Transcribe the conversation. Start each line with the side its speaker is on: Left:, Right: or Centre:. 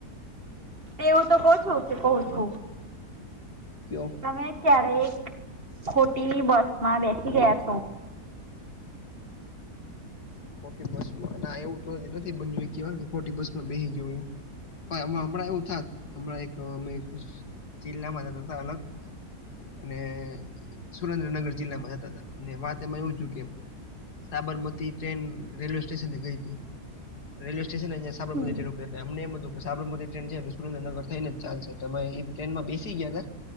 Right: તેવું તો કહું છો કે કહ છું.
Left: ક્યો?
Right: તમે ક્યારેક ખોટી બસ માં બેસી ગયા છો?
Left: ખોટી બસમાં ના એવું તો નથી બન્યું વાત. ખટી બસમાં બેસી ગયું, હમણાં એવું થાત. હમણાં એક અમે જિલ્લામાં જ અલગ. અને સુરેન્દ્રનગર જિલ્લામાં જતા હતા. અને વાત એમાં એવું છું કે, સાબરમતી ટ્રેન રેલવે સ્ટેશનને ગઈ હતી. રેલવે સ્ટેશન જં સાબરમતી
Right: હમ
Left: ટ્રેન ઉપર અમને એમ હતું કે સાબરમતી ટ્રેન છે. સુરેન્દ્રનગર થઈ ને ચાલશે તમે એ ટ્રેનમાં બેસી ગયા તા.